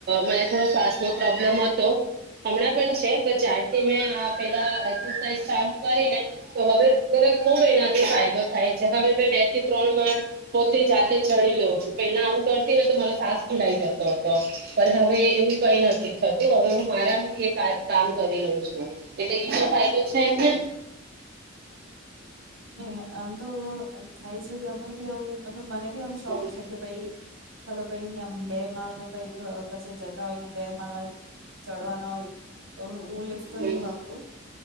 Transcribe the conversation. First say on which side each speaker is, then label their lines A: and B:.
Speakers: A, on the right; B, on the right.
A: મને થોડો શ્વાસ નો પ્રોબ્લેમ હતો હમણાં પણ છે જથી મેં પેલારઝ ચાલુ કરીને તો હવે ખુબ એનાથી ફાયદો થાય છે હવે મે બે થી ત્રણ માળ પોતે જાતે ચડી લઉં છું પેલા આવું કરતી તો મા સાસ ખુલાઈ જતો હતો પણ હવે એવું કઈ નથી થતું હવે હું મારામથી કામ કરલોઉ છું એટલે એ શ ફાયદો છે એ
B: હ આમ તો ખાયશધ અમે બી આવ મતબ મને બી આમ શોખ
A: હમ
B: છે કે ભાઈ ચાલો કઈ ન આમ બે માળ નું કંઈક કશે જ હોય ને બે માલા ચોડવા ના હોય તો ું લિફ તો
A: હમ
B: નહી વાપરું